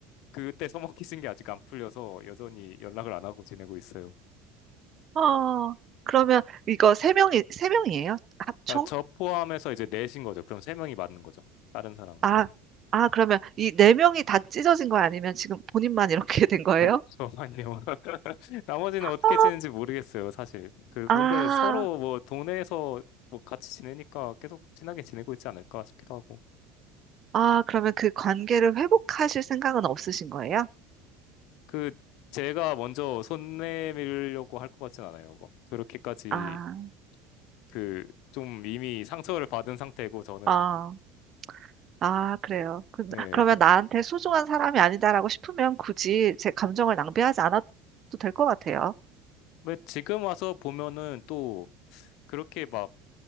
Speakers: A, on the left; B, on the right.
A: 그때 써먹히신 게 아직 안 풀려서 여전히 연락을 안 하고 지내고 있어요.
B: 어, 그러면 이거 세 명이, 세 명이에요? 합총?
A: 그러니까 저 포함해서 이제 넷인 거죠. 그럼 세 명이 맞는 거죠. 다른 사람은.
B: 아,
A: 네.
B: 아, 그러면 이 네 명이 다 찢어진 거 아니면 지금 본인만 이렇게 <laughs> 된 거예요?
A: <laughs> 저만요. 나머지는 어떻게
B: 어,
A: 지내는지 모르겠어요, 사실. 그,
B: 아,
A: 근데 서로 뭐 동네에서 뭐 같이 지내니까 계속 친하게 지내고 있지 않을까 싶기도 하고.
B: 아, 그러면 그 관계를 회복하실 생각은 없으신 거예요?
A: 그, 제가 먼저 손 내밀려고 할 것 같진 않아요. 막, 그렇게까지
B: 아,
A: 그, 좀 이미 상처를 받은 상태고, 저는.
B: 아, 아, 그래요. 그,
A: 예.
B: 그러면 나한테 소중한 사람이 아니다라고 싶으면 굳이 제 감정을 낭비하지 않아도 될 것 같아요.
A: 왜 지금 와서 보면은 또 그렇게 막